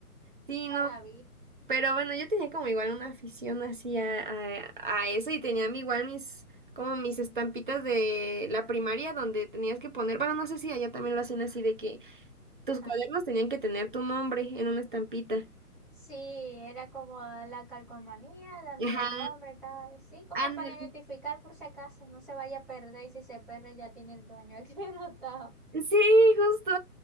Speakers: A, on the right; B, in the centre.
A: Sí, no.
B: no la vi.
A: Pero bueno, yo tenía como igual una afición así a, a- a eso y tenía mi- igual mis, como mis estampitas de la primaria donde tenías que poner, bueno, no sé si allá también lo hacen así de que tus
B: Ajá.
A: cuadernos tenían que tener tu nombre en una estampita.
B: Sí, era como la calcomanía, donde
A: Ajá,
B: el nombre, tal, sí, como
A: ándale.
B: para identificar por si acaso, no se vaya a perder y si se pierde ya tiene el dueño aquí <laughs> anotado.
A: Sí, justo.